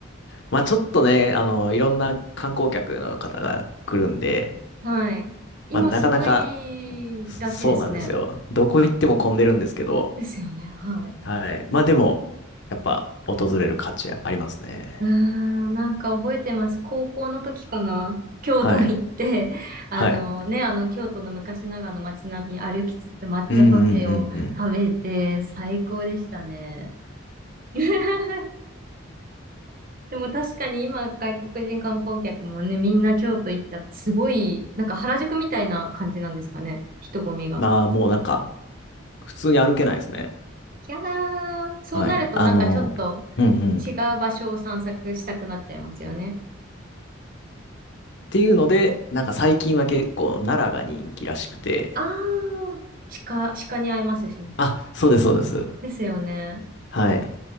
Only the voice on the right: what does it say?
はい。今すごいらしいですね。
ですよね。はい。
うーん、なんか覚えてます。高校の時かな。京都行って、
<laughs> あのね、
あの京都の昔ながらの街並み歩きつつ抹茶パフェを食べて最高でしたね。
<laughs> でも確かに今外国人観光客もね、みんな京都行っちゃってすごい、なんか原宿みたいな感じなんですかね。人混みが。
いやー、そうなるとなんかちょっと
違う場所を散策したくなっちゃいますよね。
あー、鹿、鹿に会えますしね。
ですよね。